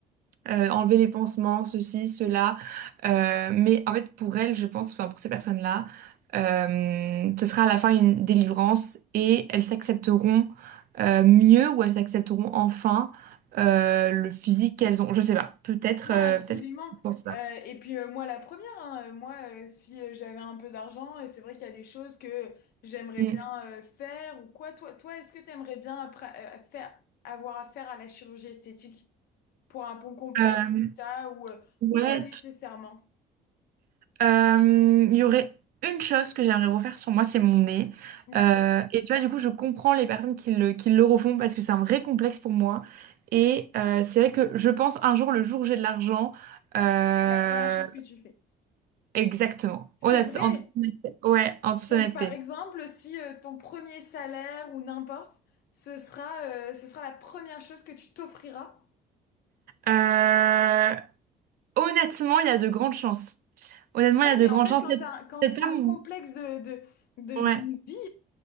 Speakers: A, on the right; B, on the left.
A: euh, enlever les pansements, ceci, cela. Euh, mais en fait, pour elles, je pense, enfin pour ces personnes-là, euh, ce sera à la fin une délivrance et elles s'accepteront euh, mieux ou elles accepteront enfin euh, le physique qu'elles ont. Je sais pas. Peut-être,
B: Non,
A: euh,
B: absolument.
A: peut-être que je pense ça.
B: Euh, et puis euh, moi, la première, hein, euh, moi, euh, si euh, j'avais un peu d'argent, euh, c'est vrai qu'il y a des choses que j'aimerais
A: Mm.
B: bien euh, faire ou quoi. Toi, toi, est-ce que tu aimerais bien après, euh, faire, avoir affaire à la chirurgie esthétique pour un bon complexe
A: Euh,
B: que t'as ou, euh,
A: ouais,
B: ou pas nécessairement?
A: Euh, Il y aurait une chose que j'aimerais refaire sur moi, c'est mon nez.
B: Ok.
A: Euh,
B: C'est
A: et tu vois, du coup, je comprends les personnes qui le, qui le refont parce que c'est un vrai complexe pour moi. Et euh, c'est vrai que je pense un jour, le jour où j'ai de l'argent, euh,
B: La première chose que tu fais.
A: exactement.
B: C'est
A: Honnête,
B: vrai.
A: en toute honnêteté. Ouais, en toute
B: Donc,
A: honnêteté.
B: par exemple, si euh, ton premier salaire ou n'importe, ce sera, euh, ce sera la première chose que tu t'offriras.
A: Euh, honnêtement, il y a de grandes chances. Honnêtement, il
B: Ouais,
A: y a de
B: mais
A: grandes
B: en fait,
A: chances.
B: quand
A: Peut-être
B: t'as un- quand
A: peut-être
B: c'est
A: pas
B: un
A: mon...
B: complexe de, de, de-
A: Ouais.
B: d'une vie,